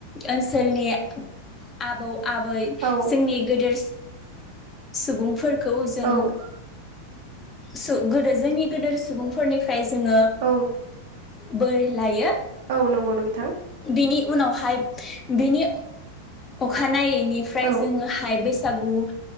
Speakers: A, on the left; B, on the right.
A: ओनसोलनि आबौ आबै
B: औ
A: जोंनि गेदेरस सुबुंफोरख खौ जों
B: औ
A: सो गोदो जोंनि गोदोरसि सुबुंफोरनि ओमफ्राय जोङो
B: औ
A: बोर लायो
B: औ नंगौ नोंथां।
A: बिनि उनावहाय बिनि अखानायै बेनिफ्राय
B: औ
A: जोङो हाय बेसे बैसागु